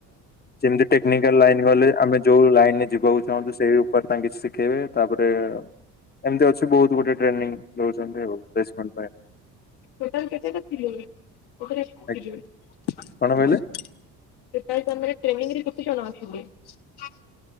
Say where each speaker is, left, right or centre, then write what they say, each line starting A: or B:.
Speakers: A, on the left (about 20°); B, on the left (about 55°).
A: ଯେମିତି ଟେକ୍ନିକାଲ ଲାଇନ ଗଲେ ଆମେ ଯୋଉ ଲାଇନ ରେ ଯିବାକୁ ଚାହୁଁ ସେଇ ଉପରେ ତାଙ୍କ କିଛି ଶିଖେଇବେ ତାପରେ ଏମିତି ଅଛି ବହୁତ ଗୋଟେ ଟ୍ରେନିଂ ଦଉଛନ୍ତି ଆଉ ପ୍ଲେସମ
B: ଟୋଟାଲ କେତେଟା ଥିଲେ <unintelligible>
A: ଆ, କଣ କହିଲେ
B: ସେତେଳ ଟାଇମ୍ ଟ୍ରେନିଂରେ କେତେ ଜଣ ଅଛନ୍ତି <unintelligible>